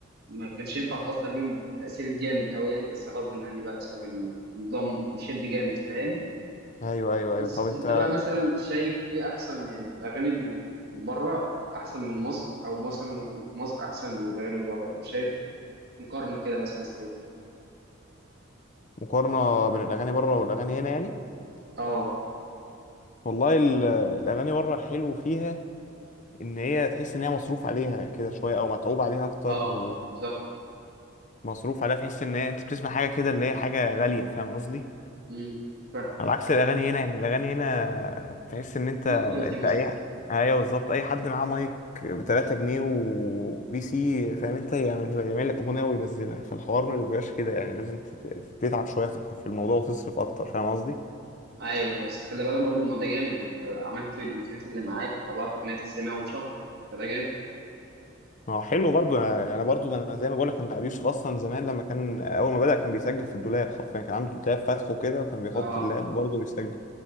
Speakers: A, on the right; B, on the left.
A: ما كانش ينفع اتاثر بيهم بالتاثير الجامد قوي يعني بس غصب عني بقى بسبب النظام بيشد جامد فاهم
B: ايوه ايوه ايوه
A: بس
B: طب
A: انت
B: انت
A: بقى مثلا شايف ايه احسن يعني في الاغاني اللي بره احسن من مصر او مثلا في مصر احسن من الاغاني اللي بره يعني شايف مقارنه كده مثلا سريعه
B: مقارنه بين الاغاني بره والاغاني هنا يعني
A: اه
B: والله ال- الاغاني بره الحلو فيها ان هي تحس ان هي مصروف عليها كده شويه او متعوب عليها اكتر
A: اه
B: و-
A: بالظبط
B: ومصروف عليها تحس ان هي انت بتسمع حاجه كده اللي هي حاجه غاليه فاهم قصدي
A: امم فاهم
B: على عكس الاغاني هنا يعني الاغاني هنا تحس ان انت
A: لو كواليتي
B: انت
A: مثلا
B: اي ايوه بالظبط اي حد معاه مايك ب 3 جنيه وبي سي فاهم انت يعمل يعمل لك اغنيه وينزلها فالحوار ما بيبقاش كده يعني لازم تت- تتعب شويه في الح- في الموضوع وتصرف اكتر فاهم قصدي
A: ايوه بس خلي بالك برضو الموضوع ده جامد ما انت عملت بالامكانيات اللي معاك وطلعت اغنيه تسمع واتشهر فده جامد
B: ما هو حلو برضو انا أنا برضو انا زي ما بقول لك انا ابي يوسف اصلا زمان لما كان اول ما بدأ كان بيسجل في الدولاب حرفيا كان عنده دولاب فاتحه كده وكان بيحط
A: اه
B: اللاب برضه بيسجل